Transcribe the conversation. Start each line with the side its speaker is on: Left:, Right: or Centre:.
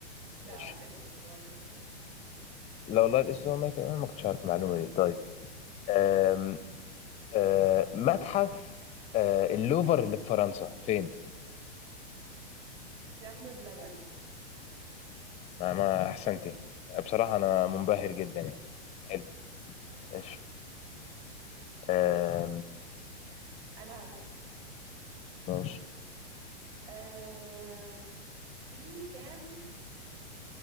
Right: لا
Left: ماشي
Right: الاسود هو ملك الالوان
Left: لا والله الاسود ما كان- أنا ما كنتش عارف المعلومه دي طيب آم، آه، متحف آه، اللوفر اللي في فرنسا فين
Right: جنب بلبن
Left: انا ما احسنتي بصراحه انا منبهر جدا يعني حلو ماشي
Right: ماشي
Left: آم،
Right: انا هسال
Left: ماشي
Right: أم... في كام